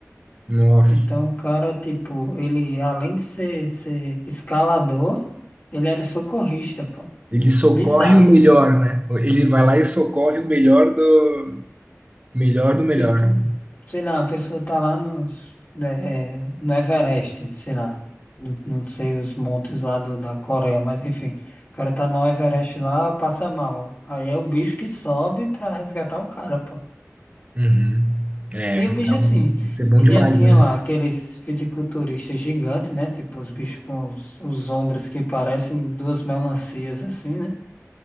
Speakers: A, on the right; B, on the left.
A: Nossa,
B: Então, o cara, tipo, ele além de ser, ser escalador, ele era socorrista, pô.
A: ele socorre
B: Bizarro.
A: o melhor,
B: assim.
A: né? Ele vai lá e socorre o melhor do, Melhor do melhor.
B: Tipo, sei lá, a pessoa tá lá nos, né, é, no Everest, sei lá. Não, não sei os montes lá do- da Coreia, mas enfim. O cara tá no Everest lá, passa mal. Aí é o bicho que sobe pra resgatar o cara, pô.
A: Uhum. É,
B: E
A: então,
B: o bicho assim,
A: deve ser bom
B: tinha,
A: demais,
B: tinha
A: né?
B: lá aqueles fisiculturistas gigantes, né? Tipo, os bichos com os, os ombros que parecem duas melancias assim, né?